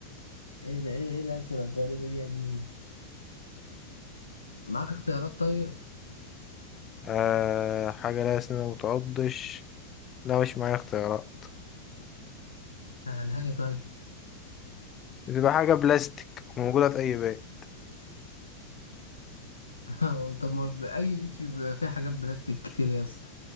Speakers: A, on the left; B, on the left.
A: ايه ده ايه ايه الاسئله الغريبه دي يا ابني معاك اختيارات طيب
B: آه حاجة لها اسنان وما بتعضش لا مش معايا اختيارات
A: سهلها لي طيب
B: بتبقى حاجة بلاستيك وموجودة في اي بيت
A: <laughs> طب ما ب- اي بيت في- بيبقى فيه حاجات بلاستيك كتير يا اسطى